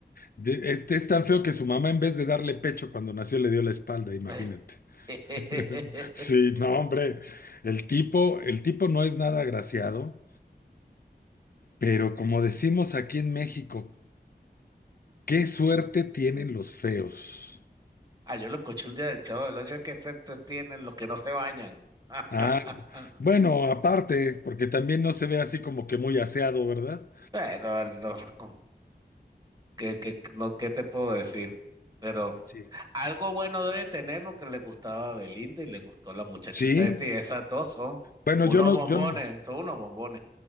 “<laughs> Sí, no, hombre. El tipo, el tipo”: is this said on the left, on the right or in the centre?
Left